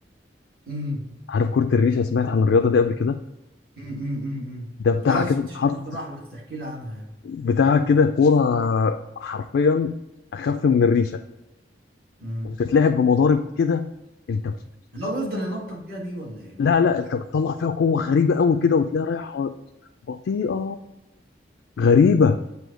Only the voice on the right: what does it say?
امم
امم امم أمم.
لا انا
شفتش
بصراحه بس احكي لي عنها يعني
امم
اللي هو بيفضل ينطط بيها دي ولا ايه